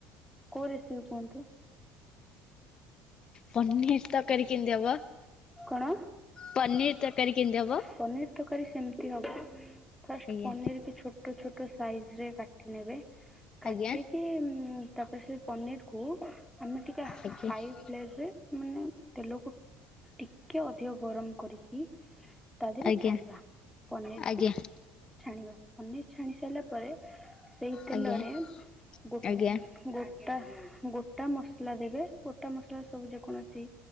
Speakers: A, in the centre; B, on the left.
A: କୋଉ ରେସିିପି କୁହନ୍ତୁ।
B: ପନିହିର ତକାରୀ କେମିତି ହବ?
A: କଣ,
B: ପନିର ତରକାରୀ କେମିତି ହବ?
A: ପନିର ତକାରୀ ସେମିତି ହବ। ଫାଷ୍ଟ
B: ଆଜ୍ଞା
A: ପନିର କି ଛୋଟ ଛୋଟ ସାଇଜ ରେ କାଟି ନେବେ କାଟିକି
B: ଆଜ୍ଞା
A: ଉଁ ଉଁ ତାପରେ ସେ ପନିରକୁ ଆମେ ଟିକେ
B: ଆଜ୍ଞା
A: ହାଇ ପ୍ଲେଟରେ ମାନେ ତେଲକୁ ଟିକେ ଅଧିକ ଗରମ କରିକି ତା ଦେଏରେ
B: ଆଜ୍ଞା
A: ଛାଣିବା ପନିରକୁ
B: ଆଜ୍ଞା
A: ଛାଣିବା। ପନିର ଛାଣି ସାଇଲା ପରେ ସେଇ ତେଲରେ
B: ଆଜ୍ଞା।
A: ଗୋ ଗୋ
B: ଆଜ୍ଞା
A: ଗୋଟା ଗୋଟା ମସଲା ଦେବେ ଗୋଟା ମସ ଟା ସବୁ ଯେକୌଣସି